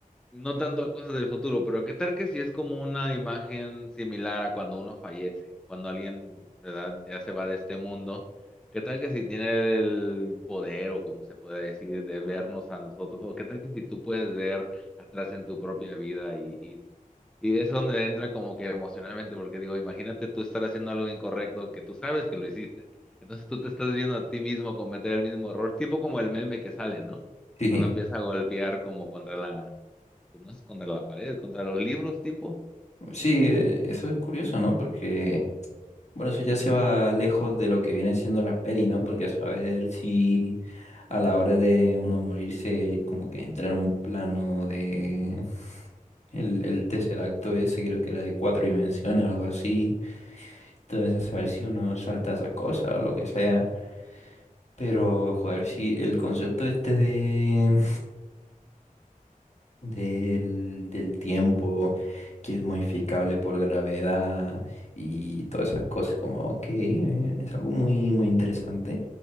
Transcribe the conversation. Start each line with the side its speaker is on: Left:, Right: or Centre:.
Centre: no tanto a cosas del futuro, pero qué tal que si es como una imagen similar a cuando uno fallece, cuando alguien, ¿verdad? Ya se va de este mundo. ¿Qué tal que si tiene el poder o como se puede decir de vernos a nosotros? ¿O qué tal que si tú puedes ver atrás en tu propia vida y, y es donde entra como que emocionalmente, porque digo, imagínate tú estar haciendo algo incorrecto que tú sabes que lo hiciste. Entonces tú te estás viendo a ti mismo cometer el mismo error, tipo como el meme que sale, ¿no?
Left: <laughs> sí,
Centre: Cuando empieza a golpear como contra la, pues no es contra la pared, contra los libros, tipo.
Left: sí, eh, eso es curioso, ¿no? Porque Bueno, eso ya se va lejos de lo que viene siendo la peli, ¿no? Porque a saber si a la hora de uno morirse, como que entra en un plano de... El, el tercer acto ese creo que era de cuatro dimensiones o algo así. Entonces, a saber si uno salta esa cosa o lo que sea. Pero, joder, si el concepto este de... del, del tiempo que es modificable por gravedad y todas esas cosas, como, ok, eh, es algo muy, muy interesante.